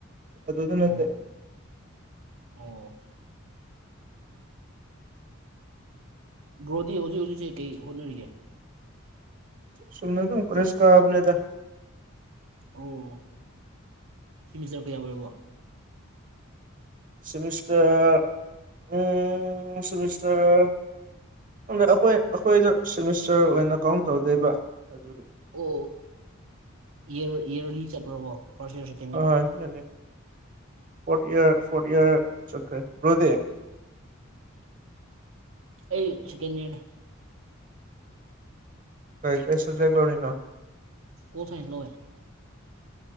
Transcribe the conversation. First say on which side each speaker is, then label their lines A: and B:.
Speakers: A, on the right; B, on the right.
A: ꯑꯗꯨꯗ
B: ꯑꯣ
A: ꯅꯠꯇꯦ
B: ꯑꯣ ꯕ꯭ꯔꯣꯗꯤ ꯍꯧꯖꯤꯛ ꯍꯧꯖꯤꯛꯁꯦ ꯀꯩ ꯍꯣꯠꯅꯔꯤꯒꯦ
A: ꯁꯨꯝꯅꯗꯨꯝ ꯀꯣꯂꯦꯖ ꯀꯥꯕꯅꯤꯗ
B: ꯑꯣ ꯁꯤꯃꯤꯁꯇꯔ ꯀꯌꯥ ꯑꯣꯏꯔꯕꯣ
A: ꯁꯤꯃꯤꯁꯇꯔ ꯎꯝ ꯁꯤꯃꯤꯁꯇꯔ ꯑꯩꯈꯣꯏ ꯑꯩꯈꯣꯏꯗꯣ ꯁꯤꯃꯤꯁꯇꯔ ꯑꯣꯏꯅ ꯀꯥꯎꯟ ꯇꯧꯗꯦꯕ ꯑꯗꯨꯒꯤ
B: ꯑꯣ ꯏꯌꯔ ꯏꯌꯔꯂꯤ ꯆꯠꯄ꯭ꯔꯣꯀꯣ ꯐꯥꯔꯁ ꯏꯌꯔꯁꯤ
A: ꯑꯣꯏ ꯌꯥꯅꯤ ꯐꯣꯔꯠ ꯏꯌꯔ ꯐꯣꯔꯠ ꯏꯌꯔ ꯆꯠꯈ꯭ꯔꯦ ꯕ꯭ꯔꯣꯗꯤ
B: ꯑꯩ ꯁꯤꯀꯦꯟ ꯏꯌꯔꯅꯤ
A: ꯀꯩ ꯀꯩ ꯁꯕꯖꯦꯛ ꯂꯧꯔꯤꯅꯣ꯫
B: ꯄꫭꯜ ꯁꯥꯏꯟꯁ ꯂꯧꯑꯦ꯫